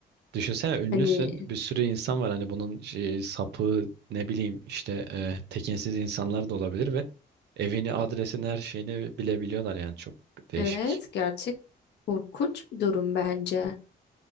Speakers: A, on the right; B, on the left.
A: Düşünsene ünlüsün.
B: Hani
A: Bir sürü insan var hani bunun şey, sapı ne bileyim işte e, tekinsiz insanlar da olabilir ve evini, adresini, her şeyini bilebiliyorlar yani çok değişik.
B: evet gerçek korkunç bir durum bence.